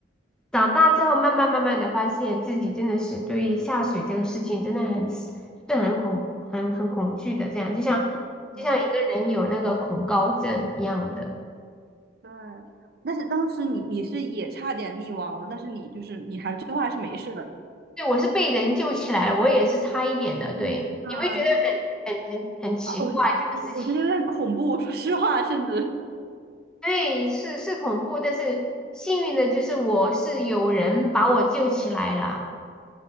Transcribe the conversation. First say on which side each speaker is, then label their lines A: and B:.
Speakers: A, in the centre; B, on the right (about 55°).
A: 长大之后慢慢慢慢的发现自己真的是对下水这个事情真的很是很恐很很恐惧的，这样就像
B: 嗯啊。
A: 就像一个人有那个恐高症一样的。
B: 对，但是当时你你是也差点溺亡了，但是你就是你还最后还是没事的。
A: 对，我是被人救起来了，我也是差一点的。
B: 天呐，
A: 对，你会觉得
B: 对
A: 很很很很奇怪这个事情。
B: 啊，我就我我觉得有点恐怖，说实话，甚至
A: 对，是是恐怖，但是幸运的就是我是有人把我救起来了。